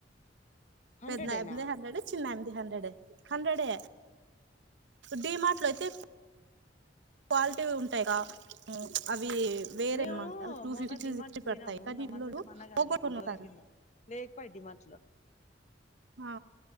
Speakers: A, on the left; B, on the right.
A: హండ్రెడేనా
B: పెద్ద్యామ్మది హండ్రెడే చిన్నాయమ్మది హండ్రెడే హండ్రెడే డీమాట్లో అయితే క్వాలిటీవి ఉంటాయి క ఉ అవి వేరే
A: మేమూ
B: అనమాట అవి టూ
A: మొన్న
B: ఫిఫ్టీ టూ
A: డిమార్డ్కి
B: సిక్స్టీ
A: పోయినాం
B: పడతాయి కానీ
A: ఉన్న
B: పిల్లలు
A: మొన్న అంటే మొన్న కాదులె
B: పోగొట్టుకొని
A: కొన్రోజుల
B: వస్తారు
A: కింద లేకపాయ డీమాట్లో
B: ఆ